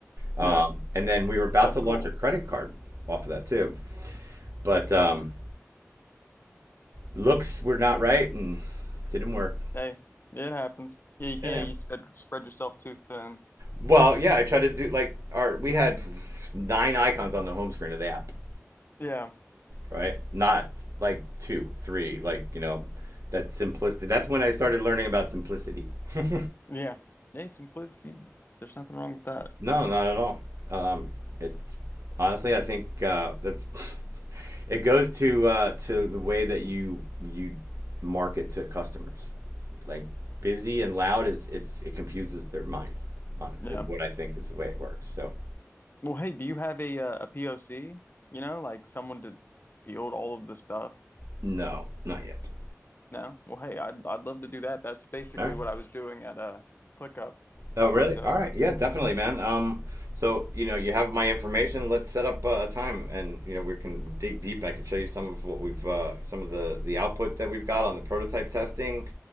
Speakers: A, on the right (about 75°); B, on the left (about 40°).
A: Um,
B: yeah
A: and then we were about
B: that's
A: to
B: cool
A: launch a credit card off of that too, but um, looks were not right and didn't work.
B: hey it happens yeah you can't
A: Didn't
B: you spread, spread yourself too thin
A: Well, yeah, I tried to do like our we had nine icons on the home screen of the app,
B: yeah
A: right? Not like two, three, like you know, that simplicity. That's when I started learning about simplicity. <laughs>
B: yeah hey simplicity there's nothing wrong with that
A: No, not at all. Um, it honestly, I think uh, that's <laughs> it goes to uh, to the way that you you market to customers. Like busy and loud is it's it confuses their minds. Honest
B: yeah
A: is what I think is the way it works. So
B: Well, hey, do you have a uh, a POC? You know, like someone to field all of the stuff?
A: no, not yet.
B: No? Well, hey, I'd I'd love to do that. That's basically
A: All right.
B: what I was doing at uh ClickUp.
A: Oh,
B: I
A: really?
B: was uh
A: All right. Yeah, definitely, man. Um, so, you know, you have my information. Let's set up uh, a time and, you know, we can dig deep. I can show you some of what we've uh, some of the the output that we've got on the prototype testing